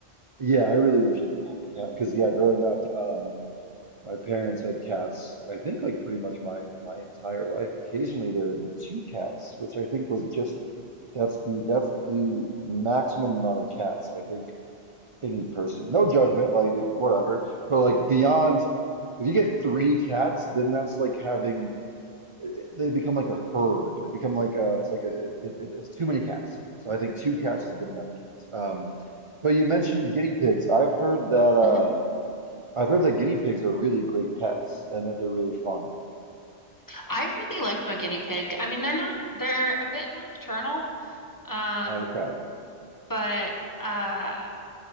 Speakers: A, on the right (about 35°); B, on the left (about 20°).
A: yeah, I really wish I could have a cat because yeah, growing up, um My parents had cats, I think like pretty much my my entire life. Occasionally there would be two cats, which I think was just that's the that's the maximum amount of cats I think any person. No judgment, like if- whatever. But like beyond if you get three cats, then that's like having they become like a herd. They become like a it's like a it, it, it's too many cats. So I think two cats is a good amount of cats. Um but you mentioned guinea pigs. I've heard that uh
B: Mm-hmm.
A: I've heard that guinea pigs are really great pets and that they're really fun.
B: I really liked my guinea pig. I mean, they're not, they're a bit nocturnal, Um,
A: Okay.
B: but uh